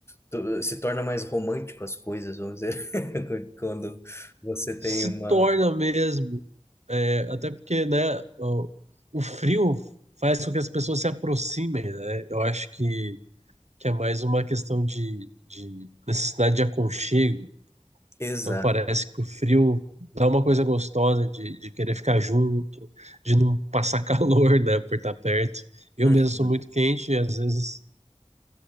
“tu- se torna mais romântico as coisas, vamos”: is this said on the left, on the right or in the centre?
Left